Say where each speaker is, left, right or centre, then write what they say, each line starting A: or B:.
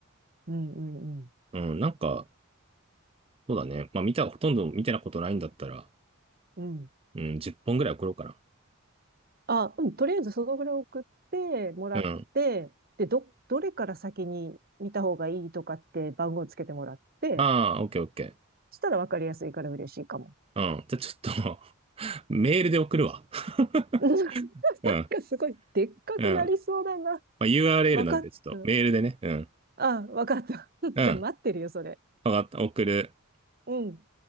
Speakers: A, on the right; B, on the right.
A: うん、うん、うん。
B: う。うん、なんか、そうだね。まあ見た、ほとんど見てなことないんだったら、
A: うん。
B: うん、10本ぐらい送ろうかな。
A: あ、うん、とりあえずそのぐらい送ってもらって、
B: うん。
A: で、ど、どれから先に見た方がいいとかって番号つけてもらって、
B: ああ、オッケーオッケー。
A: したら分かりやすいから嬉しいかも。
B: うん。じゃあちょっと <laughs> メールで送るわ。
A: <laughs>
B: <laughs>
A: うんなん
B: うん。
A: かすごいでっかくなりそうだな。
B: うん。まあ、URL
A: 分かった。
B: なんで、ちょっとメールでね。うん。
A: あ、分かった。<laughs>
B: うん。
A: じゃあ待ってるよ、それ。
B: わかった。送る。
A: うん。